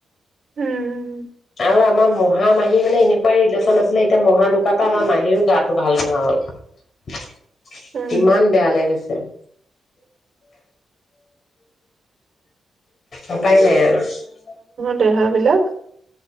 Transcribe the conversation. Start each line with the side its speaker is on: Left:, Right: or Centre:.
Right: উম
Left: আৰু আমাৰ মহা মাহী মানে এনেকুৱাই ৰিলেশ্যন আছিলে এতিয়া মহা ঢুকুৱাৰ পৰা আমাৰ মাহীৰো গাটো ভাল নোহোৱা হল
Right: উম
Left: ইমান বেয়া লাগিছে <inaudible> উপাই নাই আৰু
Right: ৰেহাবিলাক